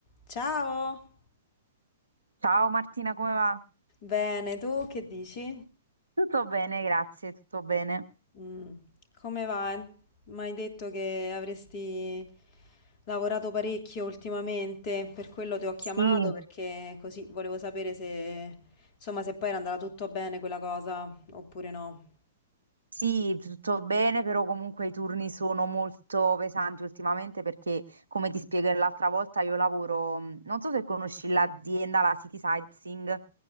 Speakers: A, on the left (about 40°); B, on the right (about 80°).
A: Ciao!
B: Ciao Martina, come va?
A: Bene, tu che dici?
B: Tutto bene, grazie, tutto bene.
A: Mm, come va? Mi hai detto che avresti lavorato parecchio ultimamente, per quello ti ho chiamato
B: Sì,
A: perché così volevo sapere se, insomma, se poi era andata tutto bene quella cosa oppure no.
B: sì, tutto bene, però comunque i turni sono molto pesanti ultimamente perché, come ti spiego l'altra volta, io lavoro, mh, non so se conosci l'azienda, la City Sightseeing,